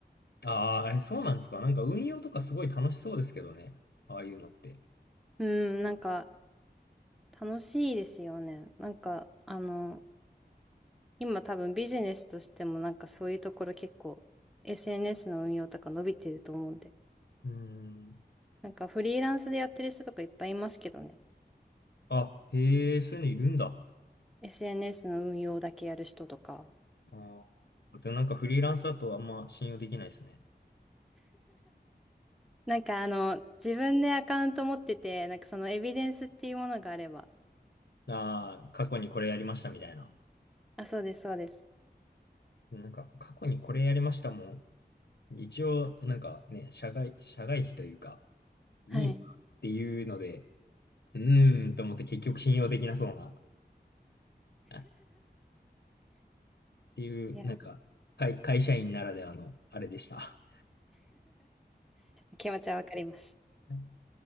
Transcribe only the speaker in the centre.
うん、なんか楽しいですよね。なんか、あの、今多分ビジネスとしてもなんかそういうところ結構 SNS の運用とか伸びてると思うんで。
なんかフリーランスでやってる人とかいっぱいいますけどね。
SNS の運用だけやる人とか。
なんかあの、自分でアカウント持ってて、なんかそのエビデンスっていうものがあれば。
あ、そうです、そうです。
はい。
いや、
気持ちはわかります。